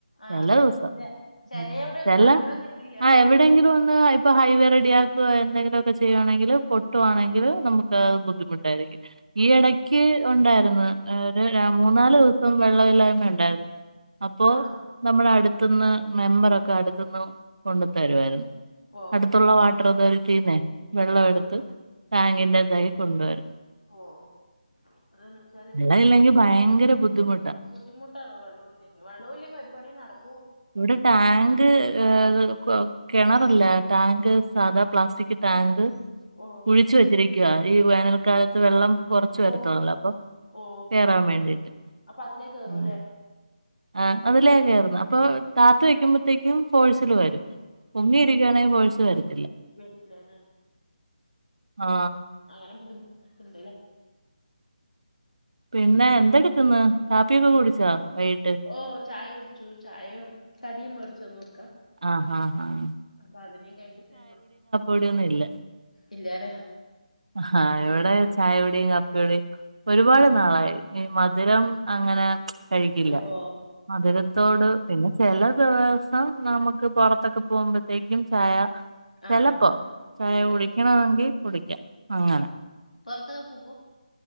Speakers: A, on the left; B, on the right.
A: ആഹ്
B: ചെല
A: അതന്നെ
B: ദിവസം
A: അല്ലെ ചെലവിടെയൊന്നും
B: ഉം ചെലേ
A: വെള്ളമേ കിട്ടില്ല
B: ആ എവിടെയെങ്കിലും ഒന്ന് ഇപ്പോ ഹൈവേ റെഡിയക്കുവാ എന്തെങ്കിലോക്കെ ചെയ്യുവാണെങ്കിൽ പൊട്ടുവാണെങ്കിൽ
A: ആഹ്
B: നമുക്ക് ഏഹ് ബുദ്ധിമുട്ടായിരിക്കും ഈ എടയ്ക്ക് ഒണ്ടായിരുന്നു ഒരു മൂന്നാല് നാല് ദോസം വെള്ളമില്ലായ്മ ഉണ്ടായിരുന്നു അപ്പോ
A: ആഹ്
B: നമ്മുടെ അടുത്തുന്ന് മെമ്പറൊക്കെ അടുത്ത്ന് കൊണ്ടത്തരുവായിരുന്നു.
A: ഓ
B: അടുത്തുള്ള വാട്ടർ അതോറിറ്റീനെ വെള്ളം
A: ആഹ്
B: എടുത്ത് ടാങ്കിന്റെതായി കൊണ്ട് വരും
A: ഓഹ് ഓഹ് അതനെ.
B: വെള്ളം ഇല്ലെങ്കിൽ ഭയങ്കര ബുദ്ധിമുട്ട്
A: ബുദ്ധിമുട്ടാണ് വെള്ളൂല്ലങ്കിൽ വള്ളോല്ലെങ്കിൽ ഒരു പണിം നടക്
B: ഇവിടെ ടാങ്ക് ഏഹ് കൊ കെണാറില്ല ടാങ്ക് സാധാ പ്ലാസ്റ്റിക് ടാങ്ക്
A: ഓ
B: കുഴിച്ച് വെച്ചിരിക്കുവ ഈ വേനൽക്കാലത്ത് വെള്ളം കൊറച്ചു വരുത്തോള്ളു
A: ഓ
B: അപ്പൊ
A: ഓ
B: കേറാൻ വേണ്ടിട്ട്
A: അപ്പൊ അതിലേ കേറൂല്ലേ
B: ഉം ആ അത് ലേ കേർന്ന് അപ്പൊ താത്തി വെയ്ക്കുമ്പോഴത്തേക്കും ഫോഴ്സിൽ വരും പൊങ്ങിരിക്ക <unintelligible>
A: വെറുത്തിയാല
B: ആ
A: അങ്ങനെ ബുദ്ധിമുട്ട്ക്ക്‌ണ്ട്ല്ലേ
B: പിന്നെ എഎന്തെടുക്കുന്നു കാപ്പിയൊക്കെ കുടിച്ചോ വൈകിട്ട്
A: ഓ ചായ കുടിച്ചു ചായയും കടിയും മേടിച്ചാന്നു ഇക്ക
B: ആഹ് ആഹ് ആഹ്.
A: അപ്പൊ അത് നീ കഴിച്ചിട്ട്
B: ഓടിയൊന്നില്ല
A: ഇല്ല്യല്ലോ
B: ആഹ ഇവിടെ ചായുടെയും കാപ്പിയുടെയും ഒരുപാട്
A: ഓ
B: നാളായി ഈ മധുരം അങ്ങനെ കഴിക്കില്ല
A: ഓ
B: മധുരത്തോട് പിന്നെ ചെല ദെവസം നമുക്ക് പൊറത്തൊക്കെ പോമ്പാത്തേക്കും ചായ
A: ആ
B: ചെലപ്പോ ചായ കുടിക്കണമെങ്കിൽ
A: ഇപ്പൊ
B: കുടിക്കാം അങ്ങനെ
A: പൊർത്തൊക്കെ പോകു